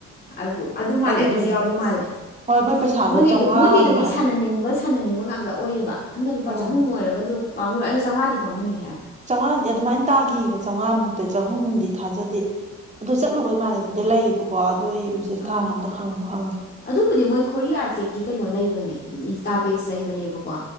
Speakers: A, on the left (about 35°); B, on the right (about 25°).
A: ꯑꯗꯨ ꯑꯗꯨ ꯃꯥꯜꯂꯦ
B: ꯑꯗꯨꯗꯨꯅꯤ
A: ꯑꯗꯨꯁꯨ ꯌꯥꯎꯕ ꯃꯥꯜꯂꯦ
B: ꯍꯣꯏ ꯃꯣꯏ ꯄꯩꯁꯥꯗꯣ
A: ꯃꯣꯏꯒꯤ
B: ꯆꯧꯉꯥ
A: ꯃꯣꯏꯒꯤꯗꯨꯗꯤ
B: ꯑꯗꯨꯃꯥꯏꯅ
A: ꯁꯥꯟꯅꯅꯤꯡꯕ ꯁꯥꯟꯅꯅꯤꯡꯕ ꯉꯥꯛꯇ ꯑꯣꯏꯌꯦꯕ ꯅꯪꯅ ꯂꯨꯄꯥ
B: ꯎꯝ
A: ꯆꯍꯨꯝ ꯑꯣꯏꯔꯒꯁꯨ ꯄꯥꯝꯃꯨꯔꯦ ꯑꯗꯨ ꯆꯧꯉꯥꯗꯤ ꯄꯥꯝꯃꯨꯏꯍꯦ
B: ꯆꯧꯉꯥꯗꯤ ꯑꯗꯨꯃꯥꯏꯅ ꯇꯥꯈꯤꯕ ꯆꯧꯉꯥ ꯃꯨꯛꯇꯤ ꯆꯍꯨꯝꯗꯤ ꯊꯥꯖꯗꯦ ꯑꯗꯨ ꯆꯠꯂꯨꯕꯩ ꯏꯃꯥꯟꯅꯕꯤꯗ ꯂꯩꯌꯦꯕꯀꯣ ꯑꯗꯨ ꯑꯩ ꯃꯦꯁꯦꯁ
A: ꯑꯥ
B: ꯊꯥ ꯑꯝꯇ ꯍꯪꯕꯨ ꯍꯪꯒꯦ
A: ꯑꯗꯨꯕꯨꯗꯤ ꯃꯣꯏ ꯈꯣꯔꯤ ꯑꯥꯔꯀꯦꯠꯀꯤ ꯀꯩꯅꯣ ꯂꯩꯕꯅꯦ ꯏꯟꯁꯇꯥ ꯄꯦꯁ ꯂꯩꯕꯅꯦꯕꯀꯣ